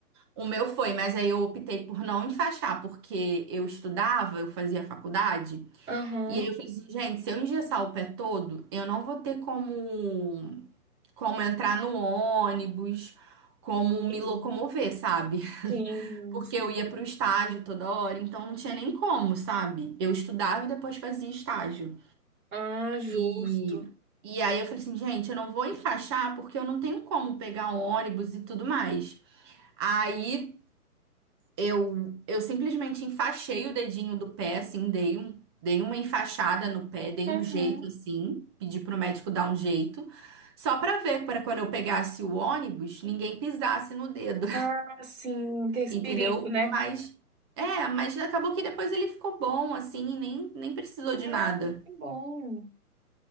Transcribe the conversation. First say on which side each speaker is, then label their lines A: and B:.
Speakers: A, on the right (about 15°); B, on the right (about 65°).
A: O meu foi, mas aí eu optei por não enfaixar, porque eu estudava, eu fazia faculdade.
B: Aham.
A: E aí eu falei assim, gente, se eu engessar o pé todo, eu não vou ter como, como entrar no ônibus, como me
B: Sim,
A: locomover, sabe?
B: sim,
A: porque
B: sim.
A: eu ia para o estágio toda hora, então não tinha nem como, sabe? Eu estudava e depois fazia estágio.
B: Ah, justo.
A: E, e aí eu falei assim, gente, eu não vou enfaixar porque eu não tenho como pegar ônibus e tudo mais. Aí eu, eu simplesmente enfaixei o dedinho do pé, assim, dei um, dei uma enfaixada no pé, dei
B: Uhum.
A: um jeito, assim, pedi pro médico dar um jeito, só pra ver, para quando eu pegasse o ônibus, ninguém pisasse no dedo.
B: Ah, sim, tem esse
A: entendeu?
B: perigo, né?
A: Mas é, mas acabou que depois ele ficou bom assim e nem, nem precisou de
B: Ah,
A: nada.
B: que bom.